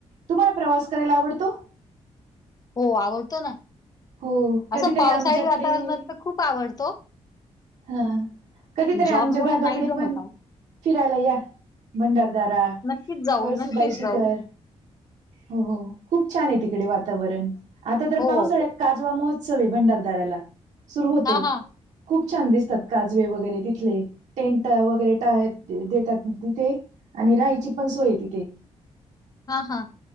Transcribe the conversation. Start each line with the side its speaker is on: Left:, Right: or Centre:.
Right: तुम्हाला प्रवास करायला आवडतो?
Left: हो आवडतो ना,
Right: हो कधीतरी
Left: असं पावसाळी
Right: आमच्याकडे
Left: वातावरणात तर खूप आवडतो.
Right: हा, कधीतरी
Left: पण
Right: आमच्या
Left: जॉबमुळे
Right: भागाकडे
Left: नाही जमत
Right: पण
Left: अहो.
Right: फिरायला या, भंडारदारा,
Left: नक्कीच जाऊ,
Right: कळसुबाई
Left: नक्कीच
Right: शिखर.
Left: जाऊ.
Right: हो हो, खूप छान आहे तिकडे वातावरण आता तर
Left: हो.
Right: पावसाळ्यात काजवा महोत्सव आहे भंडारदाऱ्याला सुरू होतो.
Left: हां, हां.
Right: खूप छान दिसतात काजवे वगैरे तिथले, टेंट वगैरे ट देतात तिथे. आणि राहायची पण सोय तिथे.
Left: हा हा,